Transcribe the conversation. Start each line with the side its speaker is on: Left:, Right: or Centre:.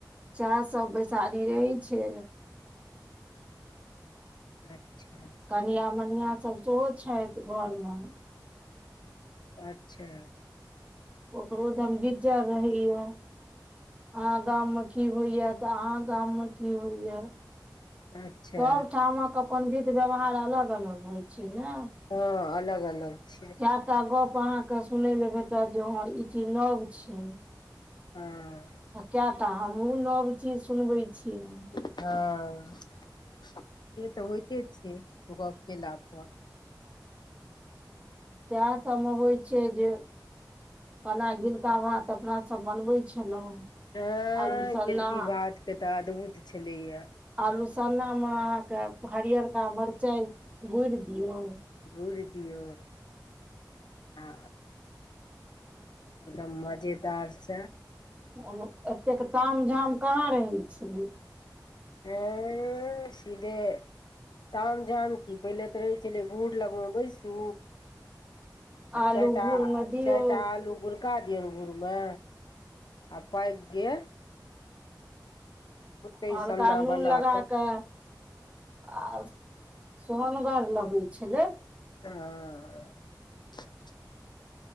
Right: सेएह सब बेैसारी रहै छै।
Left: अच्छा,
Right: कनिया मनिया सब सेहो छथि घरमे।
Left: अच्छा।
Right: ओकरो धमगिज्जर रहैये। अहाँ गाम मे की होइये तऽ अहाँ गाम मे की होइये।
Left: अच्छा
Right: सबठामक अपन विध व्यवहार अलग अलग होइ छै ने।
Left: हँ अलग अलग छै।
Right: कएटा गप अहाँ के सुनय ले भेटत जे हं ई चीज नव छै।
Left: हँ
Right: कएटा हमहुँ नव चीज सुनबै छियैन।
Left: हॅं से तऽ होइते छै गप केला पर।
Right: सएह सबमे होइ छै जे केना गिलका भात अपना सब बनबै छलहुँ।
Left: एंह
Right: आलू सन्ना
Left: गिलकि भात के तऽ अद्भुत छलैये।
Right: आलूसन्ना मे अहाँके हरियरका मरचाइ गुरि दियौ।
Left: गुरि दियऔ आ। एकदम मजेदार से
Right: ओइमे एतेक ताम झाम कहाँ रहै छलै।
Left: एंह सीधे ताम झाम की पहिले तऽ रहै छलै घूर लगमे बैसू आ
Right: आलू
Left: चारिटा-
Right: भूरमे दियौ
Left: चारिटा आलू गुरि के पका दिय घूरमे आ पाइक गेल- ओतै
Right: हल्का
Left: सन्ना
Right: नून
Left: बना
Right: लगा कऽ। आ सोहनगर लगै छलै।
Left: ह।